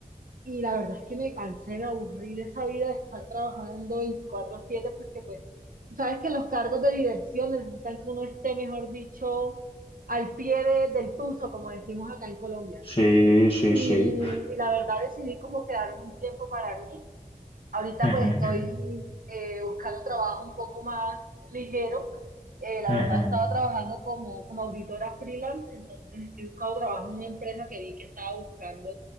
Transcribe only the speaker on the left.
Sí, sí,
sí.
Ujú,
ujú,
ujú.